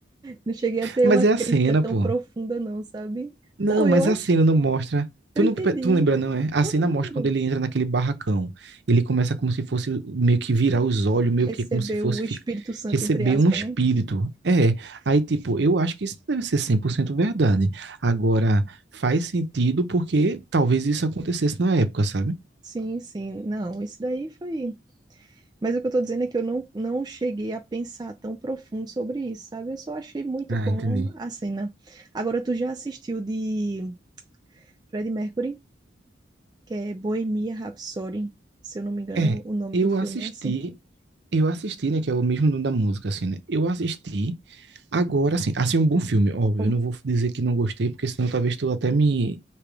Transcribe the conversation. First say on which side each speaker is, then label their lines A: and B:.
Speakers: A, on the right; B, on the right.
A: Não cheguei a ter
B: Mas
A: uma crítica
B: é a cena,
A: tão
B: pô.
A: profunda, não, sabe?
B: Não,
A: Não,
B: mas
A: eu acho,
B: a cena não mostra. Tu
A: eu entendi.
B: não, pe- tu não lembra, não, é? A
A: Eu
B: cena
A: lembro
B: mostra quando ele entra naquele barracão. Ele começa como se fosse meio que virar os olhos, meio
A: recebeu
B: que como se fosse
A: o Espírito
B: fi-
A: Santo,
B: receber
A: entre aspas,
B: um espírito.
A: né?
B: É. Aí, tipo, eu acho que isso deve ser 100% verdade. Agora, faz sentido porque talvez isso acontecesse na época, sabe?
A: Sim, sim. Não, isso daí foi. Mas o que eu tô dizendo é que eu não, não cheguei a pensar tão profundo sobre isso, sabe? Eu só achei muito
B: Ah,
A: bom
B: entendi.
A: a cena. Agora, tu já assistiu de Freddie Mercury? que é Bohemia Rhapsody. Se eu não me engano,
B: É,
A: é o nome
B: eu
A: do filme
B: assisti,
A: é assim.
B: eu assisti, né, que é o mesmo nome da música, assim, né? Eu assisti Agora, assim, assim, um bom filme, óbvio.
A: Como-
B: Eu não vou dizer que não gostei, porque senão talvez tu até me,